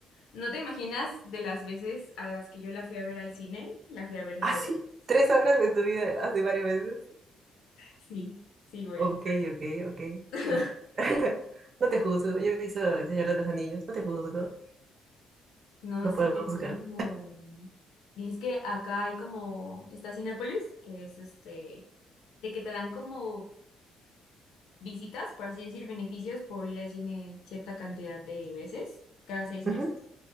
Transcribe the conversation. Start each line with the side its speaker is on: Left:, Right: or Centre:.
Left: No te imaginas de las veces a las que yo la fui a ver al cine, la fui a ver nueve
Right: Ah, sí,
Left: veces.
Right: tres horas de tu vida hace varias veces.
Left: Sí, sí, güey.
Right: Ok, ok, ok.
Left: <laughs>
Right: te- <laughs> No te juzgo. Yo he visto El Señor de los Anillos. No te juzgo.
Left: No,
Right: No
Left: sí,
Right: puedo
Left: yo
Right: juzgar.
Left: soy como... Y es que acá hay como, está Cinépolis, que es este, de que te dan como visitas, por así decir, beneficios por ir al cine cierta cantidad de veces, cada seis meses.
Right: Ujú.